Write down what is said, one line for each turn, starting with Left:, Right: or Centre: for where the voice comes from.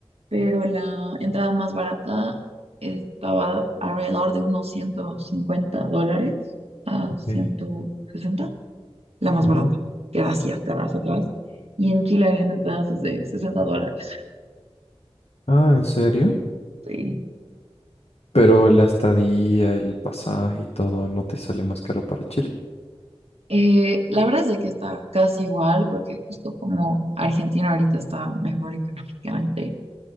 Right: pero la entrada más barata estaba alrededor de unos 150 dólares a
Left: Ok.
Right: 160 la más
Left: Ujú.
Right: barata, que era así hasta más atrás. Y en Chile habían entradas desde 60 dólares.
Left: Ah, ¿en serio?
Right: Sí.
Left: Pero la estadía, el pasaje y todo, ¿no te sale más caro para Chile?
Right: Eh, la verdad es de que está casi igual, porque justo como Argentina ahorita está mejor económicamente,